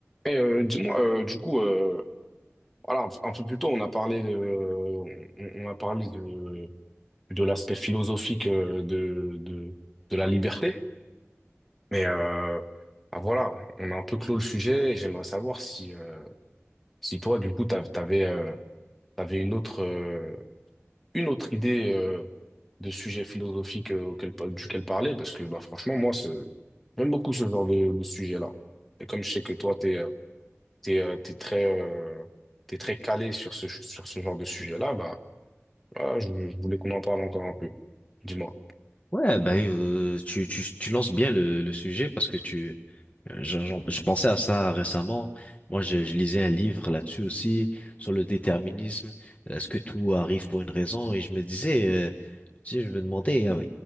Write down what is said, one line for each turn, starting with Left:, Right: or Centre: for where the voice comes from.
Centre: Et euh, dis-moi, euh, du coup, euh, voilà, un peu plus tôt, on a parlé de, on, on a parlé de, de l'aspect philosophique euh, de, de, de la liberté. Mais euh, ah, voilà, on a un peu clos le sujet et j'aimerais savoir si, euh, si toi, du coup, t'av- t'avais, euh, t'avais une autre, euh, une autre idée euh, de sujet philosophique euh, auquel, pa- duquel parler, parce que bah, franchement, moi, c'est- j'aime beaucoup ce genre de, de sujet-là. Et comme je sais que toi, tu es t'es, euh, t'es très, euh, t'es très calé sur ce, sur ce genre de sujet-là, bah, voilà, je, je voulais qu'on en parle encore un peu. Dis-moi.
Left: Ouais, bah, euh, tu, tu, tu lances bien le, le sujet parce que tu, euh, j'en- j'en- je pensais à ça récemment. Moi, je, je lisais un livre là-dessus aussi, sur le déterminisme. Est-ce que tout arrive pour une raison? Et je me disais, euh, tu sais, je me demandais, euh,